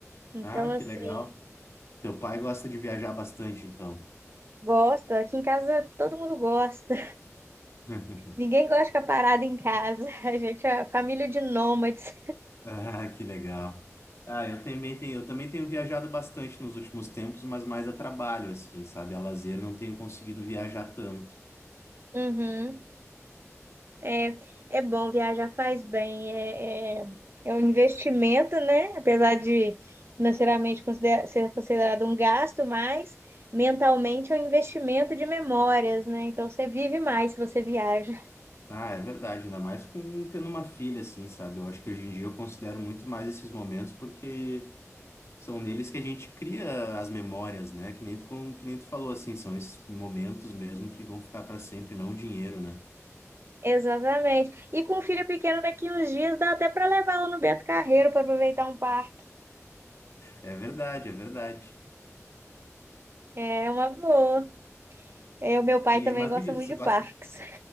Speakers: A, on the right; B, on the left.
A: Então,
B: Ah,
A: assim,
B: que legal. Teu pai gosta de viajar bastante, então.
A: gosta. Aqui em casa todo mundo gosta.
B: <laughs>
A: Ninguém gosta de ficar parado em casa. <laughs> A gente é família de nômades.
B: Ah, que legal. Ah, eu também tenho, eu também tenho viajado bastante nos últimos tempos, mas mais a trabalho, assim, sabe? A lazer não tenho conseguido viajar tanto.
A: Uhum. É, é bom viajar, faz bem. É, é, é um investimento, né? Apesar de financeiramente considera- ser considerado um gasto, mas mentalmente é um investimento de memórias, né? Então você vive mais se você viaja.
B: Ah, é verdade, ainda mais com tendo uma filha, assim, sabe? Eu acho que hoje em dia eu considero muito mais esses momentos porque são neles que a gente cria as memórias, né? Que nem tu, com- que nem tu falou, assim, são esses momentos mesmo que vão ficar para sempre, não o dinheiro, né?
A: Exatamente. E com um filho pequeno daqui uns dias, dá até para levá-lo no Beto Carreiro para aproveitar um parque.
B: É verdade, é verdade.
A: É uma boa. É, o meu pai
B: E,
A: também
B: mas
A: gosta
B: me diz,
A: muito
B: você gosta
A: de parques.